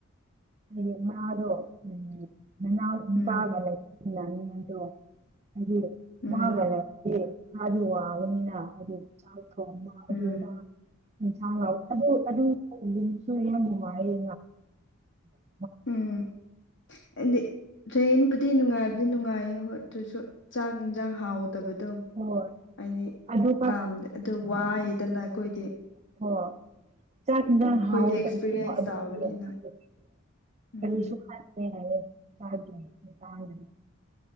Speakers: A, on the right; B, on the left.
A: ꯍꯥꯏꯗꯤ ꯃꯥꯗꯣ ꯎꯝ ꯅꯅꯥꯎ ꯅꯨꯄꯥꯒ
B: ꯎꯝ
A: ꯂꯩꯃꯤꯟ <unintelligible> <unintelligible> ꯍꯥꯏꯒꯤ
B: ꯎꯝ
A: ꯃꯥꯒ ꯂꯩ ꯑꯦ ꯈꯔꯗꯤ ꯋꯥꯡꯕꯅꯤꯅ ꯑꯗꯨ ꯆꯥꯛ ꯊꯣꯡꯕ
B: ꯎꯝ
A: ꯑꯗꯨ ꯑꯗꯥ ꯏꯟꯁꯥꯡ ꯂꯥꯎ ꯑꯗꯨ ꯑꯗꯨꯁꯨ <unintelligible> ꯌꯥꯝ ꯅꯨꯡꯉꯥꯏꯌꯦ ꯃꯥ
B: ꯎꯝ ꯑꯩꯗꯣ ꯇꯔꯦꯟ ꯇꯤ ꯅꯨꯡꯉꯥꯏꯕꯗꯤ ꯅꯨꯡꯉꯥꯏꯌꯦ ꯍꯣꯏ ꯑꯗꯨꯁꯨ ꯆꯥꯛ ꯏꯟꯁꯥꯡ ꯍꯥꯎꯗꯕꯗꯣ
A: ꯍꯣꯏ
B: ꯍꯥꯏꯗꯤ
A: ꯑꯗꯨꯒ
B: ꯄꯥꯝꯗꯦ ꯑꯗꯨ ꯋꯥꯏꯑꯦꯗꯅ ꯑꯩꯈꯣꯏꯗꯤ
A: ꯍꯣ ꯆꯥꯛ ꯏꯟꯖꯥꯡ
B: ꯎꯝ ꯑꯩꯈꯣꯏꯗꯤ
A: ꯍꯥꯎꯇꯕꯗꯣ
B: ꯑꯦꯛꯁꯄꯤꯔꯤꯌꯦꯟꯁ
A: ꯑꯗꯨꯗꯤ
B: ꯇꯥꯕꯅꯤꯅ ꯎꯝ
A: ꯀꯔꯤꯁꯨ ꯈꯪꯗꯦ ꯍꯥꯢꯌꯦ ꯃꯥꯒꯤ ꯅꯨꯄꯥꯗꯣ